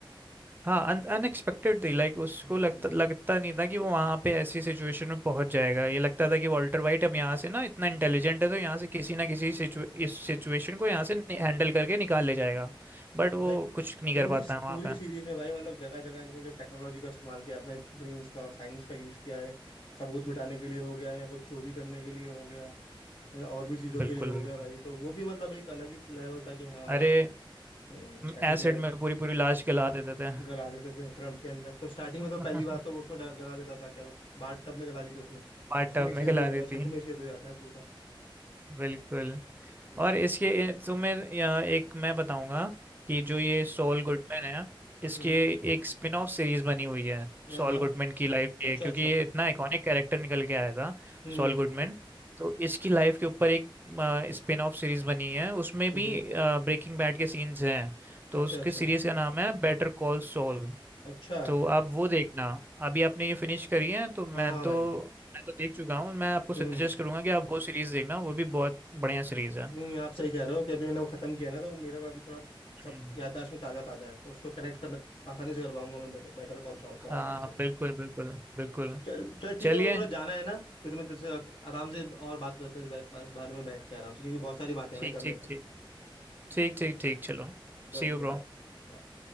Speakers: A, on the right; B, on the left.
A: हाँ अनएक्सपेक्टेड थी लाइक उसको
B: हम्म,
A: लगता लगता नहीं था कि वो वहां पे ऐसी सिचुएशन में पहुंच जाएगा ये लगता था कि वॉल्टर वाइट अब यहाँ से ना इतना इंटेलिजेंट
B: हम्म।
A: है तो यहाँ से किसी ना किसी सिचु, इस सिचुएशन को यहाँ से हैंडल करके निकाल ले जाएगा बट वो
B: और भाई
A: कुछ नहीं
B: पूरी
A: कर पाता है वहां
B: पूरी
A: पे
B: सीरीज में भाई मतलब जगह जगह इन लोगों ने जो टेक्नोलॉजी का इस्तेमाल किया अपने ब्रेन्स का साइंस का यूज किया है सबूत मिटाने के लिए हो गया या कुछ चोरी करने के लिए हो गया या और भी चीजों
A: बिल्कुल
B: के लिए हो
A: बिल्कुल
B: गया भाई तो वो भी मतलब एक अलग ही लेवल था कि हाँ
A: अरे
B: हम्म, ऐसे
A: एसिड
B: किया जाए
A: में पूरी पूरी लाश गला देते थे
B: गला देते थे ड्रम के अंदर तो स्टार्टिंग
A: <laughs>
B: में तो पहली बार तो वो उसमें डल- गला देता था क्या बाथ टब में गला दी थी उसने
A: बाथ
B: तो उसमें
A: टब
B: छेद
A: में गला
B: हो जाता
A: दी
B: है
A: थी
B: छत में छेद हो जाता है पूरा
A: बिल्कुल
B: हम्म
A: और इसके ये- तुम्हें या एक मैं बताऊंगा कि
B: हम्म
A: जो ये सॉल गुडमैन है इसके
B: हम्म,
A: एक स्पिन ऑफ सीरीज बनी हुई है
B: हाँ
A: सॉल
B: हाँ
A: गुडमैन की लाइफ के
B: अच्छा
A: क्योंकि
B: अच्छा
A: ये इतना आइकॉनिक कैरेक्टर निकल के आया था
B: हम्म
A: Saul Goodman तो इसकी लाइफ के ऊपर एक स्पिन ऑफ सीरीज बनी है उसमें
B: हम्म
A: भी
B: हम्म।
A: ब्रेकिंग बैड के सीन्स हैं तो
B: अच्छा,
A: उसके
B: अच्छा।
A: सीरीज का नाम है बेटर कॉल सॉल
B: अच्छा,
A: तो आप वो देखना अभी आपने ये फिनिश करी है तो मैं
B: हाँ, हाँ
A: तो
B: भाई।
A: मैं तो देख चुका हूँ मैं आपको सजेस्ट
B: हुँ।
A: करूंगा कि आप वो सीरीज देखना वो भी बहुत बढ़िया सीरीज
B: नहीं, आप सही कह रहे हो कि अभी मैंने वो खत्म किया ना तो वो मेरा को अभी थोड़ा सब
A: है
B: याददाश्त में ताज़ा-ताज़ा है तो उसको कनेक्ट करना आसानी से कर पाऊँगा मैं बेटर बेटर कॉल सॉल को आराम
A: हाँ
B: से।
A: बिल्कुल बिल्कुल बिल्कुल
B: चल चल ठीक
A: चलिए
B: है मेरे को थोड़ा जाना है ना, फिर मैं तेरे से अक आराम से और बात करते हैं इस बै इस बारे में बैठ के आराम से क्योंकि बहुत सारी बातें हैं
A: ठीक
B: भाई करने
A: ठीक
B: को।
A: ठीक ठीक ठीक ठीक चलो
B: चल
A: See
B: ठीक
A: you
B: है, बाय।
A: bro
B: बाय।